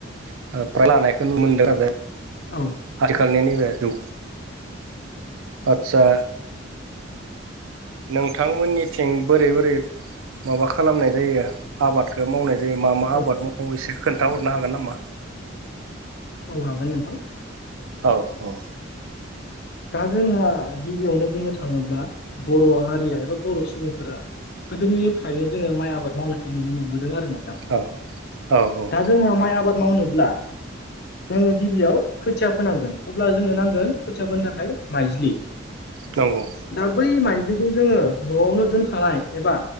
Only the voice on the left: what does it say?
औ
औ
औ हागोन नोंथां।
दा जोंहा गिबियावनो बुंनो थाङोब्ला बर' हारिया एबा बर' सुबुंफोरा गोदोनिफ्रायनो जोङो माइ आबाद मावनायखौ नुनो मोनबोदों आरो नोंथां।
दा जोंहा माइ आबाद मावनोब्ला जोङो गिबियाव खोथिया फोनांगोन अब्ला जोंनो नांगोन गोन खोथियाफोनो थाखाय माइज्लि।
दा बै माइज्लिखौ जोङो न'आवनो दोनखानाय एबा